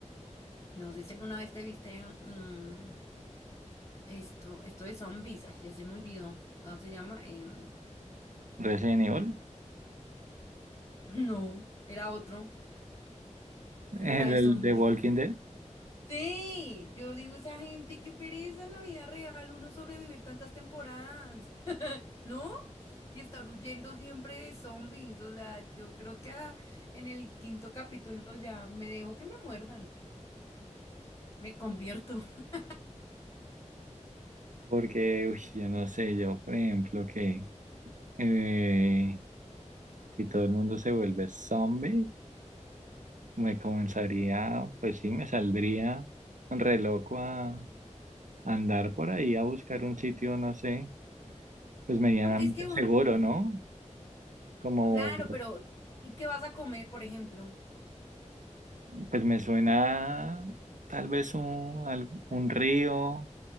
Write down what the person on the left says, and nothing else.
No sé si alguna vez te viste mm, esto, esto de zombies, ay, ya se me olvidó, ¿cómo se llama? Em,
<laughs> No, era otro,
pero
era de
zombies.
Sí, yo digo esa gente, qué pereza en la vida real uno sobrevivir tantas temporadas, <laughs> ¿no? Y estar huyendo siempre de zombies, o sea, yo creo que a la- en el quinto capítulo ya me dejo que me muerdan, me convierto. <laughs>
Porque es que, un-
claro, pero ¿y qué vas a comer, por ejemplo?